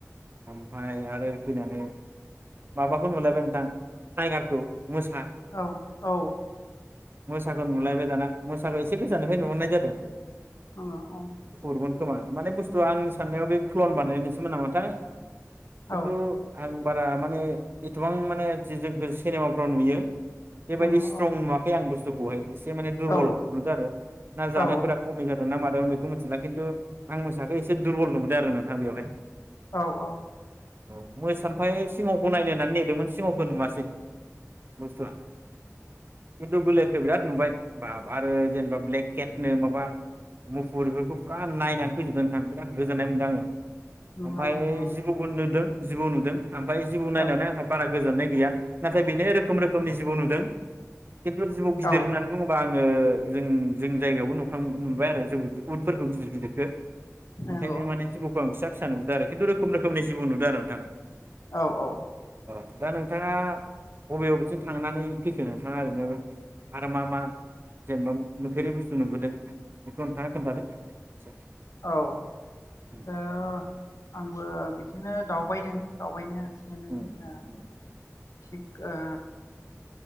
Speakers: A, on the right (about 45°); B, on the left (about 70°).
A: ओमफ्राय आरो फैनानै माबाखौ नुलायबाय नोंथां टाइगारखौ। मोसा
B: औ औ।
A: मोसाखौ नुलायबाय दाना मोसाखौ एसे गोजाननिफ्राय नुहरनाय जादों।
B: आंङो औ।
A: गुबुन खोमा माने बुस्थुआ आंनि साननायाव बे क्लन बानायनायासोमोन नामाथाय। खिन्थु
B: औ
A: आं। बारा माने एसेबां माने जों सिनेमाफ्राव नुयो। बेबायदि
B: नंगौ
A: स्ट्रं
B: औ
A: नुवाखै आं बुस्थुखौ। खौहाय। एसे माने दुरबल
B: औ
A: नुदों आरो ना जानायफोरा
B: औ
A: खमि जादों ना मादोंथाय। ओं बेखौ मोन थिला खिन्थु आं मोसाखौ एसे दुरबल नुबोदों आरो नोंथां बेवहाय।
B: औ औ।
A: औ मोसा ओमफ्राय सिंहखौ नायनो होननानै नेदोंमोन सिंहखौ नुवासै बुस्थुआ खिन्थु गोलेरखौ बिराद नुबाय बाब आरो जेनेबा ब्लेककेटनो माबा मुफुर बेफोरखौ फुरा नायनानै फैजोबदों नोंथां बिराद गोजोननाय मोनदों आङो।
B: नंगौ
A: ओमफ्राय
B: नंगौ
A: जिबौबो नुदों। जिबौ नुदों। ओमफ्राय जिबौ नायनानै
B: औ
A: आंहा बारा गोजोननाय गैया नाथाय बेनो रोखोम रोखोमनि जिबौ नुदों। खिन्थु जिबौ गिदिर
B: औ
A: होननानै बुङोबा आं ओ जों जोंनि जायगायावबो नुखां नुबाय आरो जों बेखौ उद फोरखो गिदिर गिदिरखो
B: नंगौ
A: ओंखायनो माने जिबौखौ आं फिसा फिसा नुबोदों आरो खिन्थु रोखोम रोखोमनि जिबौ नुदों आरो नोंथां।
B: औ औ।
A: दा नोंथाङा बबे बबेथिं थांनानै फैखो नोंथाङा ओरैनो आरो मा मा जेनेबा नुफेरै बुस्थु नुबोदों बेखौ नोंथाङा खोन्थादो। एसे
B: औ ओ
A: उम
B: आंबो बि दिनो दावबायदों। दावबायनाया एसे एनै
A: उम
B: ओ
A: उम
B: थिग ओ